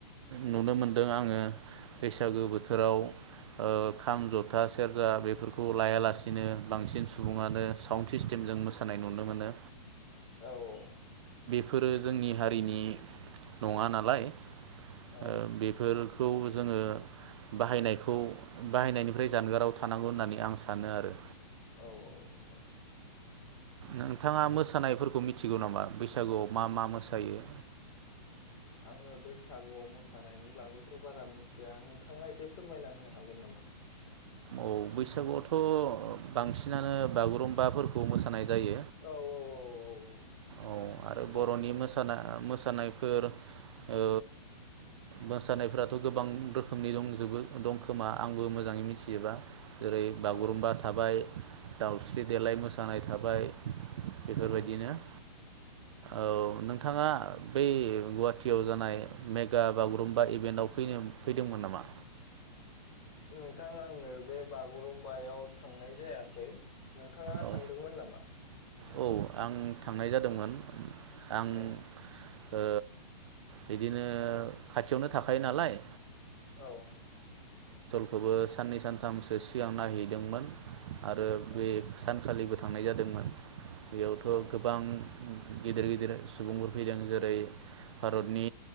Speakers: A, on the right; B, on the left.
A: नुनो मोनदों आङो बैसागो बोथोराव ओ खाम जथा सेरजा बेफोरखौ लायालासिनो बांसिन सुबुङानो साउन्ड सिस्टेमजों मोसानाय नुनो मोनो
B: औ औ
A: बेफोरो जोंनि हारिनि नङा नालाय ओ
B: औ
A: बेफोर खौ जोङो बाहायनायखौ बाहायनायनिफ्राय जानगाराव थानांगौ होननानै आं सानो आरो
B: औ औ औ
A: नोंथाङा मोस मोसानायफोरखौ मिथिगौ नामा बैसागुआव मा मा मोसायो
B: आङो बैसागुआव मोसानायनि बागैथ' बारा मिथिया नोंथाङा एसे फोरमायना होनो हागोन नामा
A: औ बैसागुआवथ' बांसिनानो बागुरुम्बाफोरखौ खौ मोसानाय जायो
B: औ औ औ औ औ
A: औ आरो
B: बागुरुम्बा
A: बर'नि मोसाना
B: औ
A: मोसानाय फोर औ मोसानायफोराथ' गोबां रोखोमनि दंजोबो दंखोमा आंबो मोजाङै मिथिजोबा जेरै बागुरुम्बा
B: औ
A: थाबाय दावस्रि देेलाय मोसानाय थाबाय बेफोरबायदिनो
B: औ
A: औ नोंथाङा बै गुवाहाटियाव जानाय मेगा बागुरुम्बा इभेन्टाव फैनो फैदोंमोन नामा?
B: नोंथां आङो बे बागुरुमबायाव थांनाय जायाखै नोंथाङा
A: औ
B: थांदोंमोन नामा?
A: औ आं थांनाय जादोंमोन। आं
B: औ
A: ओ बिदिनो खाथियावनो थाखायो नालाय
B: औ
A: खौबो साननै सानथामसो सिगां नायहैदोंमोन आरो
B: औ
A: बे सानखालि गोथार थांनाय जादोंमोन। बेयावथ'
B: औ
A: गोबां गिदिर गिदिर सुबुंफोर फैदों जेरै भारतनि